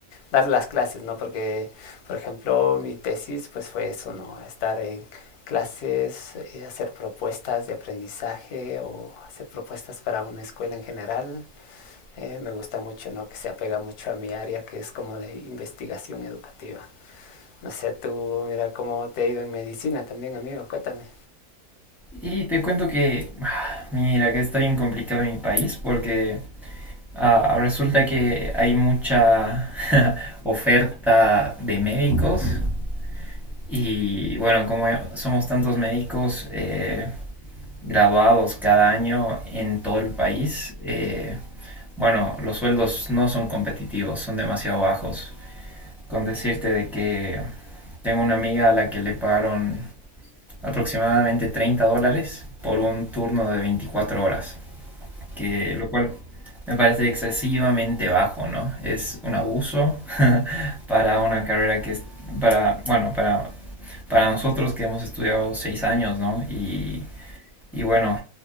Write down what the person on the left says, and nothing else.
dar las clases, ¿no? Porque, por ejemplo, mi tesis pues fue eso, ¿no? Estar en clases, eh, hacer propuestas de aprendizaje o hacer propuestas para una escuela en general. Eh, me gusta mucho, ¿no? Que se apega mucho a mi área que es como de investigación educativa. No sé, tú, mira cómo te ha ido en medicina también, amigo, cuéntame.